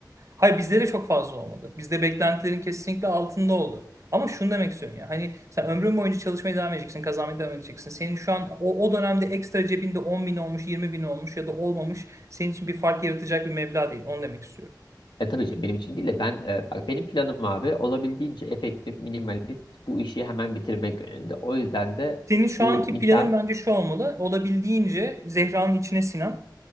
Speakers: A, on the right; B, on the left.
A: Hayır bizde de çok fazla olmadı. Bizde beklentilerin kesinlikle altında oldu. Ama şunu demek istiyorum ya. Hani sen ömrün boyunca çalışmaya devam edeceksin, kazanmaya devam edeceksin. Senin şu an o, o dönemde ekstra cebinde 10 bin olmuş, 20 bin olmuş ya da olmamış senin için bir fark yaratacak bir meblağ değil. Onu demek istiyorum.
B: E tabii ki benim için değil de ben e, bak benim planım abi olabildiğince efektif, minimalist bu işi hemen bitirmek yönünde. O yüzden de
A: Senin şu
B: bu
A: anki
B: nikah
A: planın bence şu olmalı. Olabildiğince Zehra'nın içine sinen,